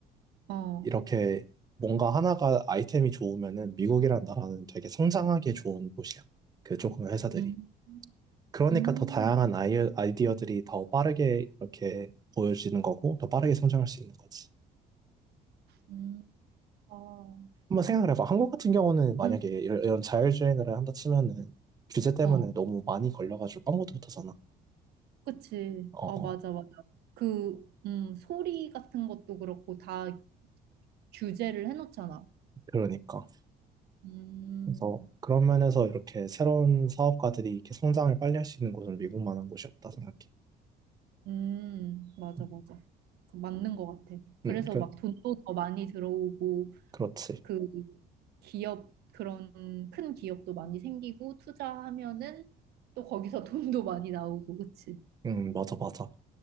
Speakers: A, on the right (about 70°); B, on the right (about 20°).
A: 어.
B: 이렇게 뭔가 하나가 아이템이 좋으면은 미국이란 나라는 되게 성장하기 좋은 곳이야. 그 조금의 회사들이.
A: 음,
B: 그러니까
A: 음,
B: 더 다양한 아이, 아이디어들이 더 빠르게 이렇게 보여지는 거고 더 빠르게 성장할 수 있는 거지.
A: 음, 아,
B: 한번 생각을 해봐. 한국 같은 경우는 만약에
A: 그런
B: 이런, 이런 자율주행을 한다 치면은 규제 때문에
A: 어,
B: 너무 많이 걸려가지고 아무터도어잖아
A: 그치.
B: 어,
A: 어,
B: 어.
A: 맞아, 맞아. 그, 음, 소리 같은 것도 그렇고 다 규제를 해놓잖아.
B: 그러니까.
A: 음,
B: 그래서 그런 면에서 이렇게 새로운 사업가들이 이렇게 성장을 빨리 할 수 있는 곳은 미국만한 곳이 없다 생각해.
A: 음, 맞아,
B: 음,
A: 맞아. 그 맞는 것 같아. 그래서
B: 음, 그,
A: 막 돈도 더 많이 들어오고,
B: 그렇지.
A: 그 기업, 그런 큰 기업도 많이 생기고, 투자하면은 또 거기서 <laughs> 돈도 많이 나오고, 그치?
B: 음, 맞아, 맞아.